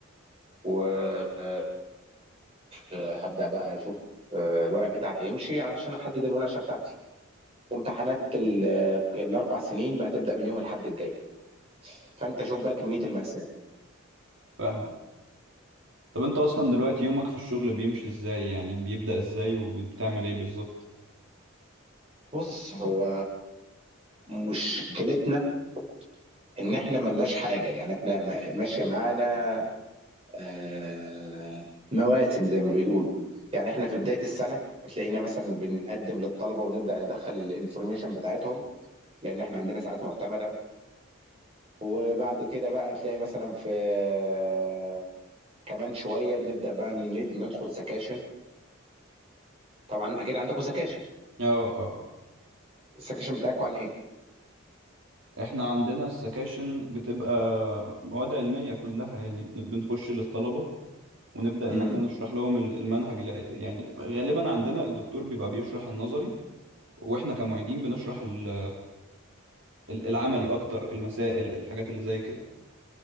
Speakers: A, on the right; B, on the right.
A: وخلاص هبدا بقى اشوف آه، الورق بتاعي هيمشي علشان احدد المناقشه بتاعتي وامتحانات ال- الاربع سنين بقى هتبدا من يوم الاحد الجاي فانت شوف بقى كميه الماساه
B: فاهم طب انت اصلا دلوقتي يومك في الشغل بيمشي ازاي يعني بيبدأ ازاي وبتعمل ايه بالظبط
A: بص هو مشكلتنا ان احنا ملناش حاجه يعني احنا ما- ماشيه معانا آه، مواسم زي ما بيقولوا يعني احنا في بدايه السنه تلاقينا مثلا بنقدم للطلبه ونبدا ندخل الانفورميشن بتاعتهم لان احنا عندنا ساعات معتمده وبعد كده بقى تلاقي مثلا في آه، كمان شويه بنبدا بقى ندخل سكاشن طبعا اكيد عندكم سكاشن
B: اه اه
A: السكشن بتاعكم عن ايه؟
B: احنا عندنا السكاشن بتبقى مواد علمية كلها يعني بن- بنخش للطلبة ونبدأ
A: امم
B: ان احنا نشرح لهم ال- المنهج الع- يعني غالبا عندنا الدكتور بيبقى بيشرح النظري واحنا كمعيدين بنشرح ال- ال- العملي اكتر المسائل الحاجات اللي زي كده